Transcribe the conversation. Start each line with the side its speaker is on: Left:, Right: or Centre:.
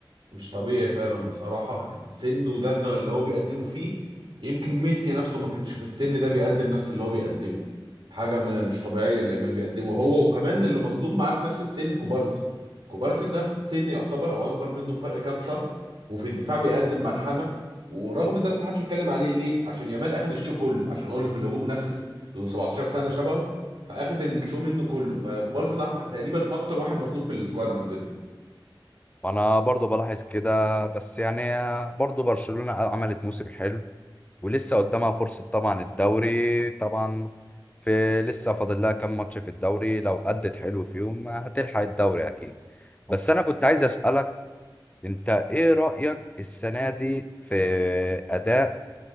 Right: مش طبيعي فعلا بصراحة يعني سنه ده إنه- اللي هو بيقدمه فيه يمكن ميسي نفسه ما كانش في السن ده بيقدم نفس اللي هو بيقدمه حاجة م- مش طبيعية اللي يامال بيقدمه هو وكمان اللي مظلوم معاه في نفس السن كوبارسي كوبارسي في نفس السن يعتبر أو أكبر منه بفرق كام شهر وفي الدفاع بيقدم ملحمة ورغم ذلك ما حدش بيتكلم عليه ليه عشان يامال أخد الشو كله عشان هو اللي في الهجوم نفس الس- له 17 سنة شبهه فأخد الشو منه كله فكوبارسي ده تقريبا أكتر واحد مظلوم في السكواد عندنا
Left: وانا برضو بلاحظ كده بس يعني آه، برضو برشلونة عملت موسم حلو ولسه قدامها فرصة طبعا الدوري طبعا في لسه فاضل لها كام ماتش في الدوري لو أدت حلو فيهم هتلحق الدوري أكيد بس أنا كنت عايز أسألك أنت إيه رأيك السنة دي في أداء